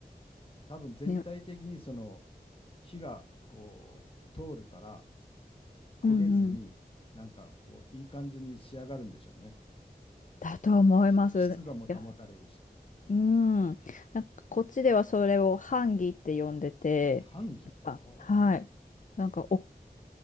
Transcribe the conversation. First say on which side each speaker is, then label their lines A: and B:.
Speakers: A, on the left; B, on the left.
A: 多分全体的にその
B: ね、
A: 火がこう通るから焦げずに、
B: うんうん。
A: なんかこういい感じに仕上がるんでしょうね。
B: だと思います。
A: し湿度も保たれるし。
B: いや、うん。なんかこっちではそれをハンギって呼んでて、
A: ハンギはあ。
B: やっぱ、はい。なんかお、